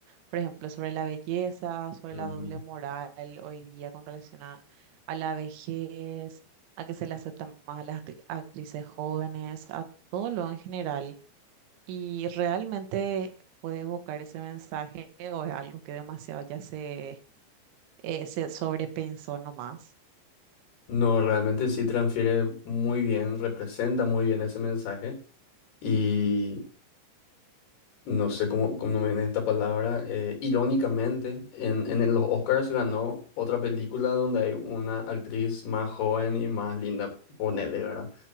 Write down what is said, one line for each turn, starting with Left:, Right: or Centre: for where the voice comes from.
Right: por ejemplo, sobre la belleza, sobre
Left: Ujú.
Right: la doble moral hoy día con relación a, a la vejez, a que se le aceptan más a las actri- actrices jóvenes, a todo lo en general. Y realmente puede evocar ese mensaje o es algo que demasiado ya se, eh, se sobrepensó nomás.
Left: No, realmente sí transfiere muy bien, representa muy bien ese mensaje. y no sé cómo, cómo me viene esta palabra, eh, irónicamente, en, en los Oscars ganó otra película donde hay una actriz más joven y más linda, ponele, ¿verdad?